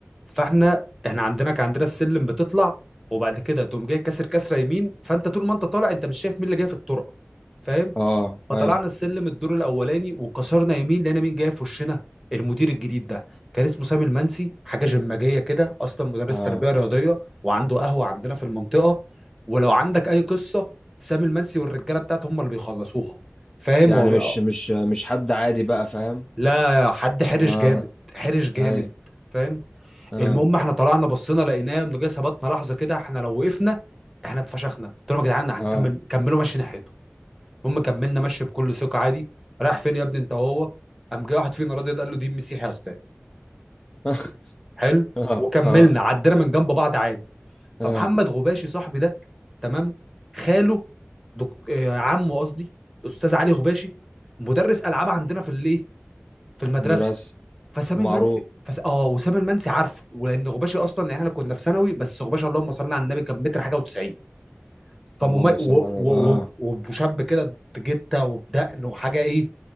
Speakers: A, in the centre; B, on the left.
A: فاحنا احنا عندنا كان عندنا السلم بتطلع وبعد كده تقوم جاي كاسر كسره يمين فانت طول ما انت طالع انت مش شايف مين اللي جاي في الطرقه فاهم
B: اه
A: فطلعنا
B: ايوه
A: السلم الدور الاولاني وكسرنا يمين لقينا مين جاي في وشنا المدير الجديد ده كان اسمه سامي المنسي حاجه جماجيه كده اصلا مدرس
B: اه
A: تربيه رياضيه وعنده قهوه عندنا في المنطقه ولو عندك اي قصه سامي المنسي والرجاله بتاعته هم اللي بيخلصوها فاهم
B: يعني
A: هو
B: مش مش مش حد عادي بقى فاهم
A: لا حد حرش
B: اه
A: جامد حرش جامد
B: ايوه
A: فاهم
B: اه
A: المهم احنا طلعنا بصينا لقيناه انه جاي ثبتنا لحظه كده احنا لو وقفنا احنا اتفشخنا قلت لهم يا جدعان هنكمل
B: اه
A: كملوا مشي ناحيته المهم كملنا مشي بكل ثقه عادي رايح فين يا ابني انت وهو قام جاي واحد فينا راضي قال له دي مسيحي يا استاذ
B: <laughs>
A: حلو
B: اه
A: وكملنا
B: اه,
A: عدينا من جنب بعض عادي فمحمد
B: آه.
A: غباشي صاحبي ده تمام خاله دك... آه، عمه قصدي استاذ علي غباشي مدرس العاب عندنا في الايه في المدرسه
B: مدرسة
A: فسام
B: ومعروف
A: المنسي فس... اه وسام المنسي عارفه ولان غباشي اصلا يعني احنا كنا في ثانوي بس غباشي اللهم صل على النبي كان متر حاجه و90 فممي...
B: اللهم
A: و...
B: صل
A: و...
B: على اه
A: و... وشاب كده بجته وبدقن وحاجه ايه